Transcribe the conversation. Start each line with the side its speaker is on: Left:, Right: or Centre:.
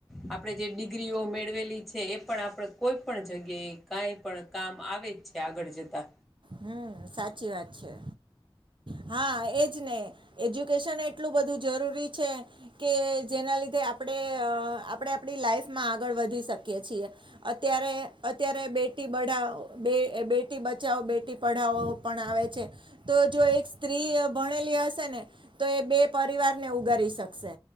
Centre: આપડે જે ડિગ્રીઓ મેળવેલી છે એ પણ આપડે કોઈ પણ જગ્યાએ કઈ પણ કામ આવે જ છે આગળ જતા.
Right: હમ્મ, સાચી વાત છે. હા, એજ ને એજ્યુકેશન એટલું બધું જરૂરી છે કે જેના લીધે આપડે અહ આપડે આપડી લાઈફ માં આગળ વધ ધી શકી છીએ. અત્યારે અત્યારે બેટી બઢાવ બે બેટી બચાઓ બે ટી પઢાવઓ પણ આવે છે તો જો એક સ્ત્રી ભણેલી હશે ને તો એ બે પરિવારને ઉગારી શકશે.